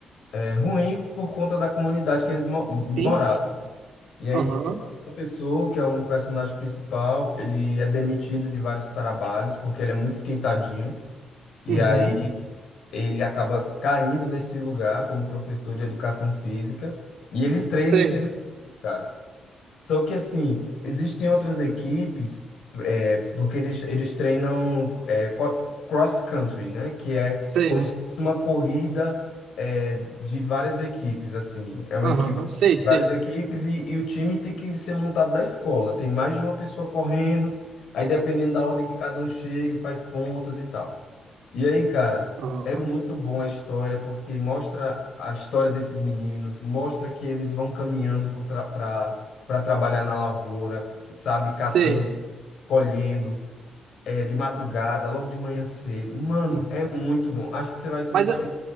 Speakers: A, on the left; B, on the right.
A: eh, ruim por conta da comunidade que eles mo moravam.
B: Sim.
A: E aí,
B: Aham.
A: esse professor, que é um personagem principal, ele é demitido de vários trabalhos porque ele é muito esquentadinho. E
B: Uhum.
A: aí ele acaba caindo nesse lugar como professor de educação física. E ele treina
B: Sei,
A: esses meninos, cara. Só que assim, existem outras equipes, é, porque eles, eles treinam é, co- cross-country, né? Que é
B: sei.
A: como se fosse uma corrida é, de várias equipes, assim. É uma
B: Aham.
A: equipe
B: Sei,
A: várias
B: sei.
A: equipes e, e o time tem que ser montado da escola. Tem mais de uma pessoa correndo, aí dependendo da ordem que cada um chega, faz pontos e tal. E aí, cara,
B: Aham.
A: é muito bom a história porque mostra a história desses meninos, mostra que eles vão caminhando para trabalhar na lavoura, sabe, catando,
B: Sei.
A: colhendo, é, de madrugada, logo de manhã cedo. Mano,
B: Hum.
A: é muito bom. Acho que você vai se
B: Mas,
A: identificar.
B: a-